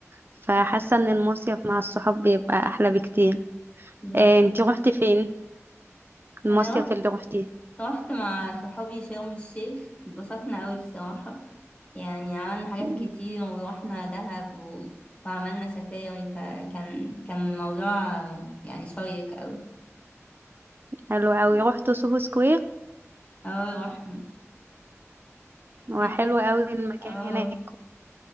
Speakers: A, on the right; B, on the left.
A: فحاسة ان المصيف مع الصحاب بيبقى احلى بكتير
B: بالظبط
A: آه، انتي روحتي فين المصيف
B: انا رحت
A: اللي روحتيه
B: رحت مع صحابي شرم الشيخ اتبسطنا قوي بصراحة يعني عملنا حاجات
A: مم.
B: كتير ورحنا دهب و... وعملنا سفاري فكان كان الموضوع يعني شيق قوي
A: حلو اوي روحتوا سوهو سكوير
B: اه رحنا
A: هو
B: انتي
A: حلو قوي المكان
B: اه
A: هناك